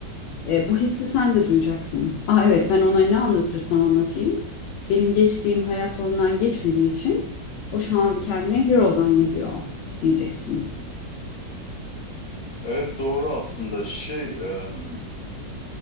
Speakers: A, on the left; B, on the left.
A: e, bu hissi sen de duyacaksın. Aa evet ben ona ne anlatırsam anlatayım. Benim geçtiğim hayat yolundan geçmediği için o şu an kendini hero zannediyor diyeceksin.
B: Evet doğru aslında. Şey, em,